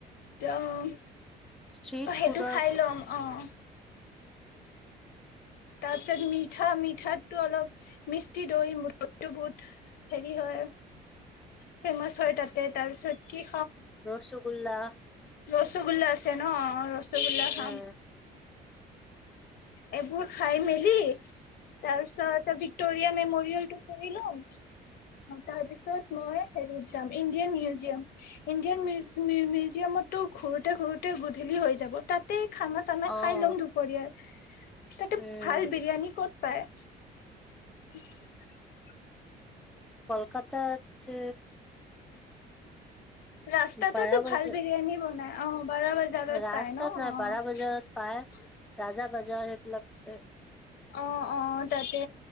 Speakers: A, on the left (about 65°); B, in the centre.
A: অ',
B: ষ্ট্ৰীট
A: অ', সেইটো
B: ফুডৰ
A: খাই লম অ', তাৰপিছত মিঠা-মিঠাতটো অলপ মিষ্টি দৈ- দৈটো বহুত হেৰি হয় ফেমাচ হয় তাতে। তাৰপিছত কি
B: ৰছগুল্লা,
A: ৰসগুল্লা আছে ন', অ', ৰস ৰসগুল্লা
B: উম,
A: খাম। এইবোৰ খাই মেলি তাৰ পিছত ভিক্টৰিয়া- মেমৰিয়েলটো ফুৰি লম। তাৰ পিছত মই', হেৰিত যাম ইণ্ডিয়ান-মিউজিয়াম-ইণ্ডিয়ান- মিউজিয়ামতো ঘুৰোঁতে-ঘুৰোঁতে গধূলি হৈ যাব তাতে খানা
B: অ',
A: খাই ল'ম দুপৰীয়া। তাতে
B: উম,
A: ভাল বিৰিয়ানী ক'ত, পায়, <unintelligible>
B: কলকাতা যে
A: ৰাস্তাততো
B: বাৰা বজাৰ
A: ভাল বিৰিয়ানী বনাই অ', বাৰা বজাৰত
B: ৰাস্তাত
A: পায় ন',
B: নহয়
A: অ',
B: বাৰা বজাৰত পায় ৰাজা বজাৰ এইবিলাক, -
A: অ', অ', তাতে